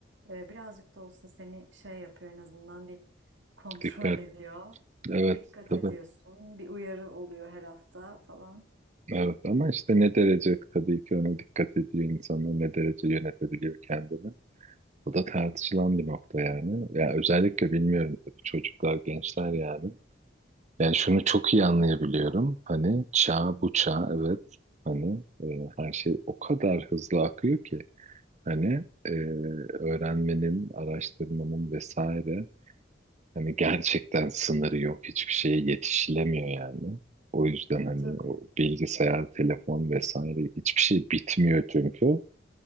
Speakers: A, on the right; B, on the right.
A: e, birazcık da olsa seni şey yapıyor en azından bir <laughs> kontrol
B: dikkat,
A: ediyor.
B: evet,
A: Dikkat
B: tabii.
A: ediyorsun. Bir uyarı oluyor her hafta falan.
B: Evet ama işte ne derece tabii ki ona dikkat ediyor insanlar, ne derece yönetebiliyor kendini. Bu da tartışılan bir nokta yani. Ya özellikle bilmiyorum tabii çocuklar, gençler yani. Yani şunu çok iyi anlayabiliyorum. Hani çağ bu çağ evet hani e, her şey o kadar hızlı akıyor ki hani e, öğrenmenin, araştırmanın vesaire Hani gerçekten sınırı yok. Hiçbir şeye yetişilemiyor yani. O yüzden
A: Ha,
B: hani
A: tabii.
B: o bilgisayar, telefon vesaire hiçbir şey bitmiyor çünkü.